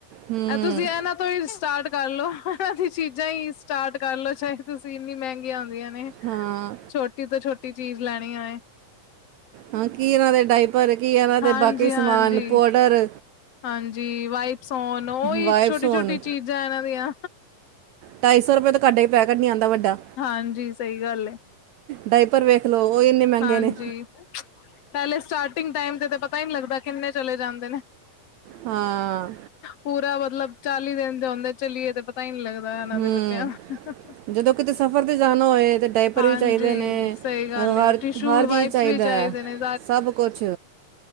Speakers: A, on the right; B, on the left.
A: ਹੂੰ
B: ਇਹ ਤੁਸੀਂ ਇਹਨਾਂ ਤੋਂ ਹੀ ਸਟਾਰਟ ਕਰਲੋ ਅਸੀ ਚੀਜ਼ਾਂ ਹੀ ਸਟਾਰਟ ਕਰ ਲਓ ਚਾਹੇ, ਤੁਸੀਂ ਇੰਨੀ ਮਹਿੰਗੀਆਂ ਆਉਂਦੀਆਂ ਨੇ
A: ਹਾਂ
B: ਛੋਟੀ ਤੋਂ ਛੋਟੀ ਚੀਜ਼ ਲੈਣੀ ਹੋਏ
A: ਹਾਂ ਕੀ ਇਹਨਾਂ ਦੇ ਡਾਇਪਰ ਕੀ ਇਹਨਾਂ ਦੇ
B: ਹਾਂਜੀ-ਹਾਂਜੀ
A: ਬਾਕੀ ਸਮਾਨ
B: ਹਾਂਜੀ
A: ਪੋਡਰ
B: ਹਾਂਜੀ ਵਾਈਪਸ ਹੋਨ, ਉਹੀ
A: ਵਾਈਪਸ
B: ਛੋਟੀ-
A: ਹੋਣ
B: ਛੋਟੀ ਚੀਜ਼ਾਂ ਇਹਨਾਂ ਦੀਆਂ
A: ਢਾਇ ਸੌ ਰੁਪਏ ਤਾਂਹਾਡਾ ਹੀ ਪੈਕਟ ਨਹੀਂ ਆਉਦਾ ਵੱਡਾ
B: ਹਾਂਜੀ, ਸਹੀ ਗੱਲ ਏ
A: ਡਾਇਪਰ ਵੇਖ ਲਓ, ਉਹ ਹੀ ਇੰਨੇ ਮਹਿੰਗੇ
B: ਹਾਂਜੀ,
A: ਨੇ
B: ਪਹਿਲੇ ਸਟਾਰਟਿੰਗ ਟਾਈਮ ਤੇ ਤਾਂ ਪਤਾ ਹੀ ਨਹੀਂ ਲੱਗਦਾ, ਕਿੰਨੇ ਚਲੇ ਜਾਂਦੇ ਨੇ।
A: ਹਾਂ
B: ਪੂਰਾ ਮਤਲਬ ਚਾਲੀ ਦਿਨ ਜਾਂ ਆਂਦੇ ਚਲੀਏ ਤੇ ਪਤਾ ਹੀ ਨਹੀਂ ਲੱਗਦਾ, ਇਹਨਾਂ
A: ਹੂੰ
B: ਦੇ ਬੱਚਿਆਂ ਦਾ
A: ਜਦੋਂ ਕਿਤੇ ਸਫ਼ਰ ਤੇ ਜਾਣਾ ਹੋਏ ਤੇ ਡਾਈਪਰ
B: ਹਾਂਜੀ,
A: ਵੀ ਚਾਹੀਦੇ ਨੇ,
B: ਸਹੀ ਗੱਲ
A: ਹਰ
B: ਏ ਟਿਸ਼ੂ
A: ਹਰ ਚੀਜ਼
B: ਵਾਈਪਸ
A: ਚਾਹੀਦਾ
B: ਵੀ ਚਾਹੀਦੇ ਨੇ
A: ਸਭ ਕੁਛ